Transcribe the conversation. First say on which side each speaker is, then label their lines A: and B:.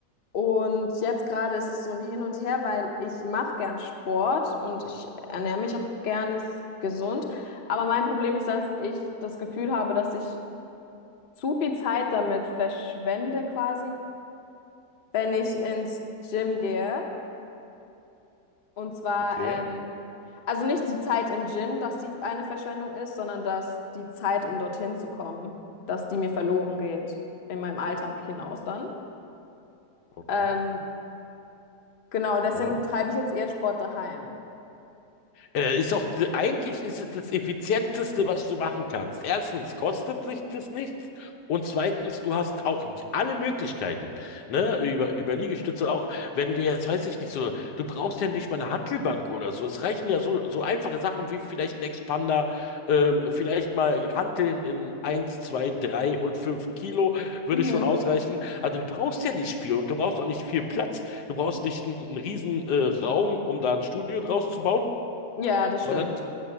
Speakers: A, on the left; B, on the left.
A: Und jetzt gerade ist es so ein Hin und Her, weil ich mache gern Sport und ich ernähre mich auch gerne s- gesund. Aber mein Problem ist, dass ich das Gefühl habe, dass ich zu viel Zeit damit verschwende quasi, wenn ich ins Gym gehe. Und zwar,
B: Okay,
A: ähm, also nicht die Zeit im Gym, dass die eine Verschwendung ist, sondern dass die Zeit, um dorthin zu kommen, dass die mir verloren geht in meinem Alltag hinaus dann.
B: okay.
A: Ähm, genau, deswegen
B: Ja.
A: treibe ich jetzt eher Sport daheim.
B: Äh, ist auch, eigentlich ist es das Effizienteste, was du machen kannst. Erstens kostet sich das nichts und zweitens, du hast auch j- alle Möglichkeiten, ne? Über, über Liegestütze auch, wenn du dir jetzt, weiß ich nicht, so, du brauchst ja nicht mal eine Hantelbank oder so. Es reichen ja so, so einfache Sachen wie vielleicht ein Expander, ähm, vielleicht mal Hanteln in eins 2 3 und 5 Kilo würde
A: Mhm.
B: schon ausreichen. Also du brauchst ja nicht viel und du brauchst auch nicht viel Platz. Du brauchst nicht einen, einen riesen, äh, Raum, um da ein Studio draus zu bauen.
A: Ja, das
B: sondern
A: stimmt.